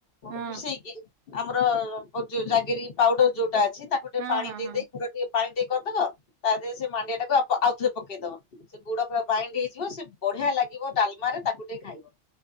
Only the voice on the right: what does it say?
ହଁ
ହଁ
ହଁ
ହଁ